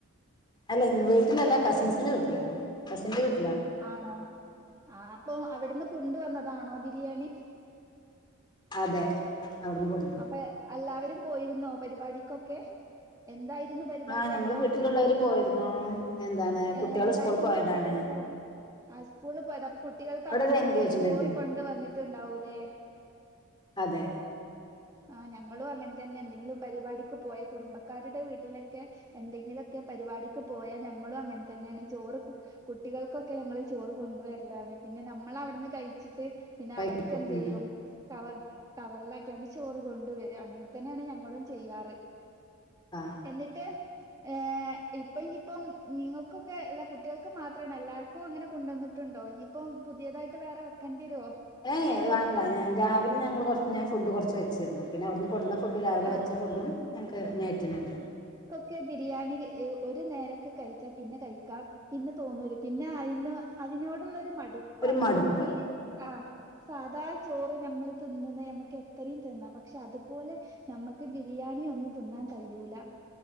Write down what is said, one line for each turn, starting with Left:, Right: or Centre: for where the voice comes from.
Left: അല്ല വീട്ടിലല്ല കസിൻസിന്റെ വീട്ടിലായിരുന്നു കസിന്റെ വീട്ടി
Right: ആണോ ആ അപ്പൊ അവിടുന്ന് കൊണ്ടുവന്നതാണോ ബിരിയാണി
Left: അതെ അവിടുന്ന് കൊടുന്നാണ്
Right: അപ്പൊ അല്ലാവരും പോയിരുന്നോ പരിപാടിക്കൊക്കെ എന്തായി രുന്നു പരിപാടി
Left: ആ ഞങ്ങള്
Right: അവടെ
Left: വീട്ടിലുള്ളവര് പോയിരുന്നു എന്താണ്
Right: ഏ
Left: കുട്ടികൾ
Right: എന്തായിരുന്നു
Left: സ്കൂളിൽ പോയതാണ്
Right: അവിടെ പരിപാടി ആ സ്കൂളിൽ പോയത അപ്പൊ കുട്ടികൾക്ക്
Left: അവിടെ
Right: അവിടുന്ന്
Left: ഒരു എൻഗേജ്മെന്റ്
Right: ചോറ് കൊണ്ട് വന്നിട്ടുണ്ടാവൂലേ
Left: അതെ
Right: ആ ഞങ്ങളും അങ്ങനെ തന്നെ എന്തെങ്കിലും പരിപാടിക്ക് പോയാൽ കുടുംബക്കാരുടെ വീട്ടിലൊക്കെ എന്തെങ്കിലു ഒക്കെ പരിപാടിക്ക് പോയാൽ ഞങ്ങളും അങ്ങൻ തന്നെയാണ് ചോറ് കുട്ടികൾക്കൊക്കെ ഞങ്ങൾ ചോറ് കൊണ്ടുവരലാണ്. പിന്നെ നമ്മൾ അവിടുന്ന് കഴിച്ചി ട്ട് പിന്നെ
Left: കഴിക്കും
Right: അവർക്ക് എന്തെയും
Left: ഉം
Right: കവർ കവർ ലാ ക്ക്യാണ്ട് ചോറ് കൊണ്ട് വരും അങ്ങനെ തന്നെയാണ് ഞങ്ങളും ചെയ്യാറ്
Left: ആ
Right: എന്നിട്ട് ഏ ഇപ്പൊ ഇനിയിപ്പം നിങ്ങൾക്കൊക്കെ അല്ല കുട്ടികൾക്ക് മാത്രമാണ് എല്ലാവർക്കും അങ്ങനെ കൊണ്ടുവന്നിട്ടുണ്ടോ ഇനിയിപ്പം പുതിയതായിട്ട് വേറെ വെക്കേണ്ടി വരോ
Left: ഏ ഏ വേണ്ട ഞാൻ രാവിലെ ഞങ്ങള് കൊറച്ച് ഞാൻ സ്‌ ഫുഡ് കുറച്ച് വെച്ചിരുന്നു. പിന്നെ അവിടുന്ന് കൊണ്ടന്ന ഫുഡ് രാവിലെ
Right: ആഹ്
Left: വച്ച ഫുഡും ഞങ്ങൾക്ക് നൈറ്റ്‌ ന്ണ്ട്
Right: ക്കെബിരിയാണി ഒരു നേരൊക്കെ കഴിച്ചാ പിന്നെ കഴിക്കാം പിന്നെ തോന്നൂല. പിന്നെ അതി അതിനോടുള്ള ഒരു മട് പ്പാണ്
Left: ഒരു മടുപ്പ്
Right: ഈ ആ സാധാ ചോറ് നമ്മള് തിന്നുന്നെ നമ്മക്ക് എത്രയും തിന്നാം പക്ഷെ അതുപോലെ നമ്മക്ക് ബിരിയാണി ഒന്നും തിന്നാൻ കഴിയൂല